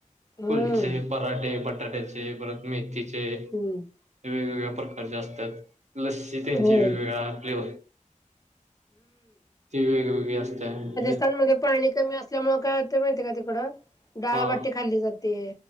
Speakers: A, on the left (about 25°); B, on the right (about 60°).
A: हम्म
B: कुलचे पराठे, बटाट्याचे परत मेथीचे
A: हम्म
B: वेगवेगळ्या प्रकारच्या असतात लस्सी त्यांची
A: हो
B: वेगवेगळ्या फ्लेवर ती वेगवेगळी असत्या न.
A: चाणमध्ये पाणी कमी असल्यामुळे काय होते माहितीय का तिकड डाळबाट्टी
B: हा
A: खाल्ली जाते.